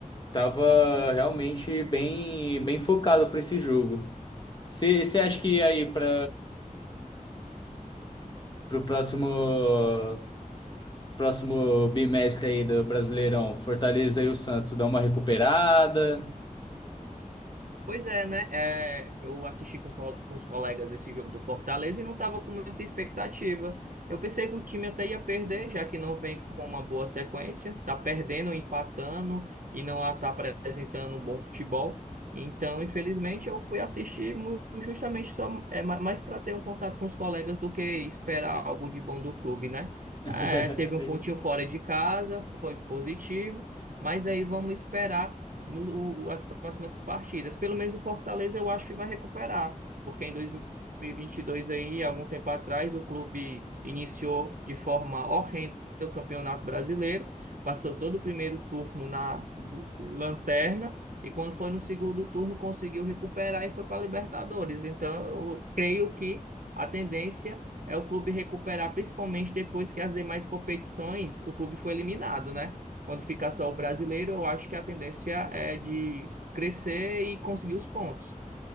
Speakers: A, on the left (about 30°); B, on the right (about 75°).
A: Tava realmente bem, bem focado para esse jogo. Você acha que aí para o próximo próximo bimestre aí do Brasileirão, Fortaleza e o Santos dá uma recuperada.
B: Pois é, né? É, eu assisti com, col- com os colegas esse jogo do Fortaleza e não estava com muita expectativa. Eu pensei que o time até ia perder, já que não vem com uma boa sequência, tá perdendo, empatando e não está apresentando um bom futebol. Então, infelizmente, eu fui assistir mu- justamente só é, ma- mais para ter um contato com os colegas do que esperar algo de bom do clube, né?
A: <laughs>
B: É, teve um pontinho fora de casa, foi positivo, mas aí vamos esperar no, o- as próximas partidas. Pelo menos o Fortaleza eu acho que vai recuperar, porque em 2022 aí, algum tempo atrás, o clube iniciou de forma horrenda o Campeonato Brasileiro, passou todo o primeiro turno na lanterna e quando foi no segundo turno conseguiu recuperar e foi para a Libertadores. Então, eu creio que a tendência é o clube recuperar, principalmente depois que as demais competições o clube foi eliminado, né? Quando ficar só o brasileiro, eu acho que a tendência é de crescer e conseguir os pontos.